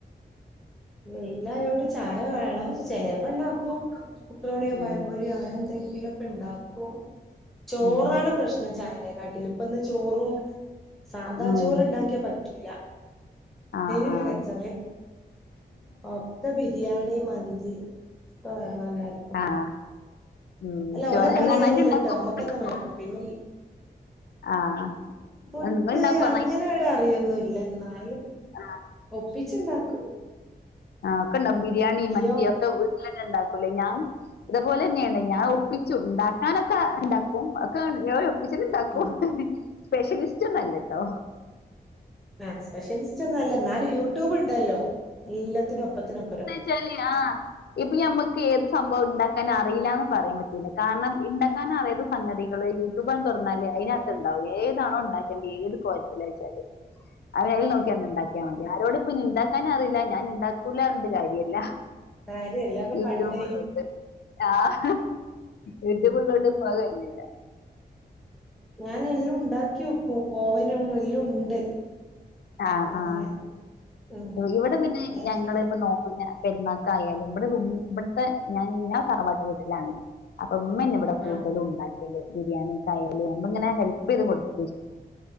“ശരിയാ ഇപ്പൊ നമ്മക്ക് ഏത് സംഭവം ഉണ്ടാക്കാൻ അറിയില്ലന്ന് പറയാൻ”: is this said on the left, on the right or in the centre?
Left